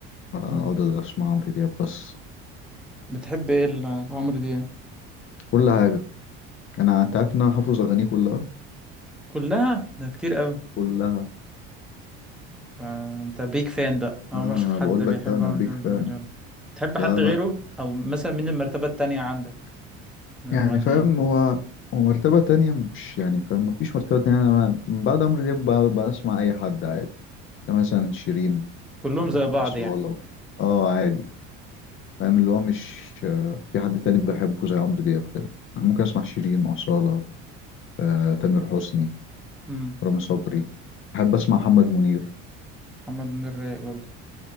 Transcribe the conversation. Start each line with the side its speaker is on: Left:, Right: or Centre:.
Left: اقعد
Centre: مم.
Left: اسمع عمرو دياب بس
Centre: بتحب ايه ل- لعمرو دياب
Left: كل حاجه انا انت عارف ان انا حافظ اغانيه كلها
Centre: كلها ده كتير قوي
Left: كلها
Centre: ده انت بيك فان بقى اول
Left: انا
Centre: مره اشوف
Left: أنا
Centre: حد
Left: بقول
Centre: بيحب
Left: لك ده انا
Centre: عمرو
Left: بيج
Centre: دياب
Left: فان
Centre: للدرجه دي تحب حد
Left: لا
Centre: غيره
Left: لا
Centre: او مثلا مين المرتبه التانية عندك من
Left: يعني
Centre: المغنيين
Left: فاهم هو ومرتبة تانية مش يعني فاهم مفيش مرتبة تانية أنا من بعد عمرو دياب ب- بسمع أي حد عادي يعني مثلا شيرين
Centre: كلهم
Left: آه،
Centre: زي بعض
Left: أصالة
Centre: يعني
Left: اه عادي فاهم اللي هو مش آه، في حد تاني بحبه زي عمرو دياب كده أنا ممكن أسمع شيرين أصالة آه، تامر حسني
Centre: امم
Left: رامي صبري بحب أسمع محمد منير
Centre: محمد منير رايق برضه